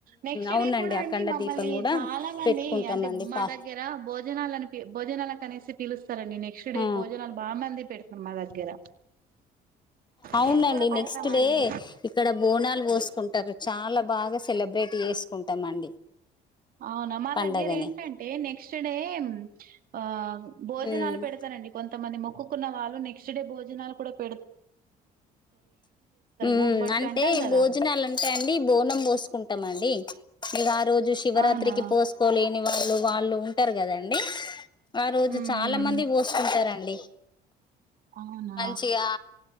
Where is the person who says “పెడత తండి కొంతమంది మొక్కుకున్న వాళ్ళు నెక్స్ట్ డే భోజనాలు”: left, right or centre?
Right